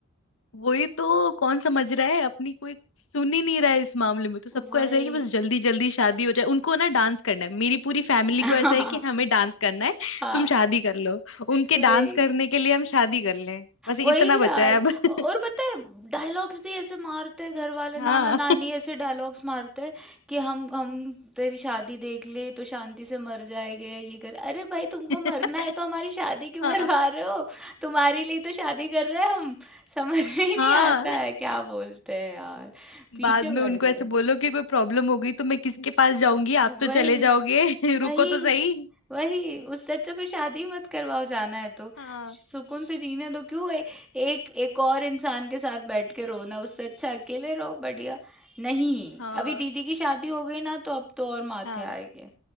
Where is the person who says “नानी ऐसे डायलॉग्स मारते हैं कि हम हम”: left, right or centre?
Centre